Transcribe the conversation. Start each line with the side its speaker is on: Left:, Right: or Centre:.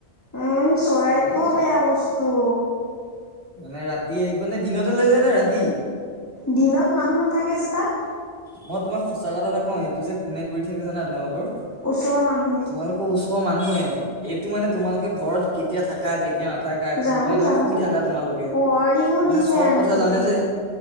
Left: উম, চৰাইটোও
Right: চৰাইটো গাত
Left: বেয়া বস্তু।
Right: মানে ৰাতি আহিব নে দিনতে লৈ যায় নে ৰাতি?
Left: দিনত মানুহ নাথাকে যে তাত।
Right: মই তোমাক সঁচা কথা এটা কওঁ এইটো যে কোনে কৰি থাকে জানা তোমালোকৰ
Left: ওচৰৰ মানুহে,
Right: তোমালোক আকৌ ওচৰৰ মানুহে এইটো মানে তোমালোকে ঘৰত কেতিয়া থাকা কেতিয়া নাথাকা
Left: জানো
Right: কোন টাইমত
Left: জানো।
Right: শুই থাকা তোমালোকে
Left: ৱৰ্ণিঙো
Right: মানে
Left: দিছে
Right: চব
Left: আনকি।
Right: কথা জানে যে